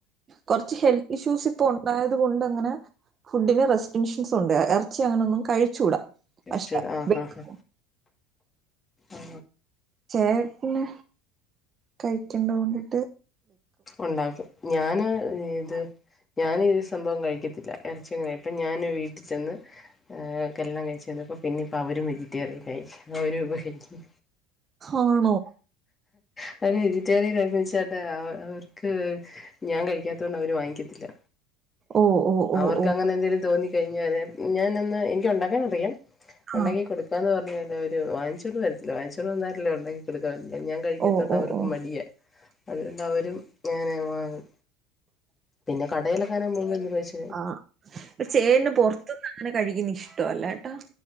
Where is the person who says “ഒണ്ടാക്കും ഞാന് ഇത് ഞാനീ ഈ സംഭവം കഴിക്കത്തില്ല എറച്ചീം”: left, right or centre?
Left